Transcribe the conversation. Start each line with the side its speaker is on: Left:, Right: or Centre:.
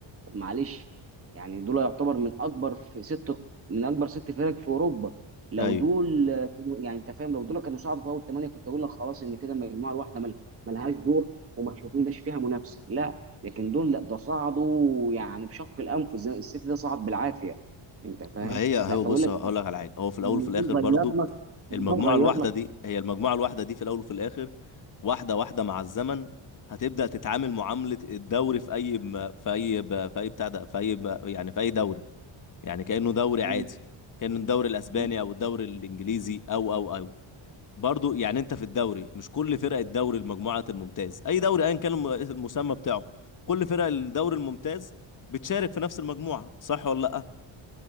Right: طب معلش يعني دول يعتبر من اكبر في ست من اكبر ست فرق في اوروبا لو
Left: ايوه
Right: دول يعني انت فاهم لو دول كانوا صعدوا في اول ثمانيه كنت اقول لك خلاص ان كده المجموعه الواحده مل- ملهاش دور وما شفناش فيها منافسه لا لكن دول لا ده صعدوا يعني بشق الانف زي السيتي ده صعد بالعافيه انت فاهم
Left: ما هي
Right: لا
Left: هو
Right: فاقول
Left: بص
Right: لك
Left: هقول لك على حاجه هو في الاول
Right: النظام
Left: وفي الاخر برضو
Right: غير لك النظام
Left: المجموعه
Right: غير
Left: الواحده
Right: لك
Left: دي هي المجموعه الواحده دي في الاول وفي الاخر واحده واحده مع الزمن هتبدا تتعامل معامله الدوري في اي م- في اي ب- في اي بتاع ده في اي ب- يعني في اي دوري يعني كأنه دوري
Right: م-
Left: عادي كأنه الدوري الأسباني
Right: م-
Left: أو الدوري الإنجليزي أو أو أو برضو يعني أنت في الدوري مش كل فرق الدوري المجموعات الممتاز أي دوري أيا كان الم- المسمى بتاعه كل فرق الدوري الممتاز بتشارك في نفس المجموعة صح ولا لأ